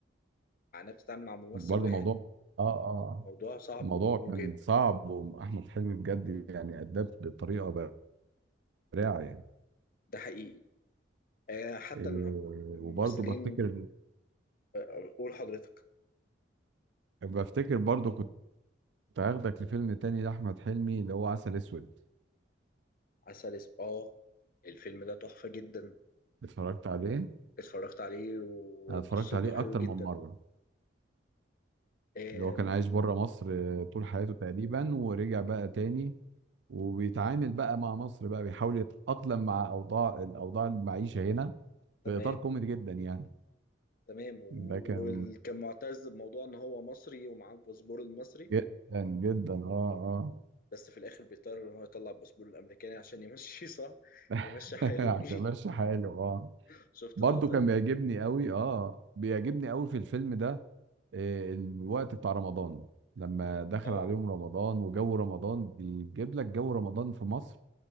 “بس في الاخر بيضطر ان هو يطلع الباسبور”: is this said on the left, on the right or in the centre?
Left